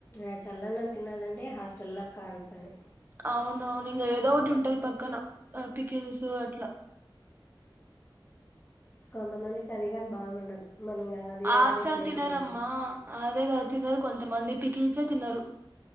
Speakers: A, on the left (about 25°); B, on the right (about 25°).
A: ఆ చల్లాలంత్ తినాలంటే హాస్ వల్ల కాన్ పని
B: అవును అవునింగ ఏదోటి ఉంటది పక్కన ఆ పపికిల్సు అట్లా
A: కొంతమందికి అదిగారు బాగుండదు మనగా అది
B: అస్సలు
A: అడ్జస్ట్ అయ్యి
B: తినరమ్మా
A: తిండి గోల
B: అదే కదా తిన్నారు కొంతమంది పిక్ల్సే తినరు